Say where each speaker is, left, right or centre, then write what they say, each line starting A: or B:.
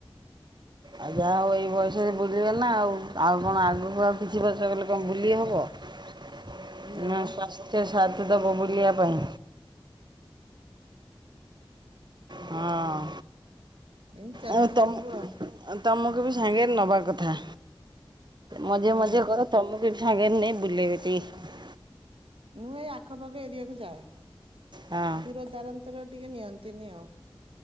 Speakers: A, on the right (about 50°); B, on the right (about 70°).
A: ଆଉ ଯାହା ହଉ ଏଇ ବୟସରେ ବୁଲିବନା ଆଉ ଆଉ କଣ ଆଗକୁ ଆଉ କିଛି ବର୍ଷ ଗଲେ କଣ ବୁଲି ହବ। ନା
B: ନା ବା
A: ସ୍ୱାସ୍ଥ୍ୟ ସାଥ ଦବ ବୁଲିବା ପାଇଁ। ହଁ।
B: ଏମିତି ଚାଲିଛି
A: ଆଉ ତମୁ
B: ସବୁ ଆଉ
A: ତମକୁ ବି ସାଙ୍ଗେରେ ନେବା କଥା। ମଯେ
B: ହୁଁ।
A: ମଜେ କର ତମକୁ ବି। ସାଙ୍ଗରେ ନେଇ ନେଇ ବୁଲେଇ ବେ ଟିକେ।
B: ମୁଁ ଏଇ ଆଖପାଖ ଏରଆକୁ ଯାଏ।
A: ହଁ
B: ଦୂର ଦାରାନ୍ତର ଟିକେ ନିଅନ୍ତି। ନ୍ତିନି ଆଉ।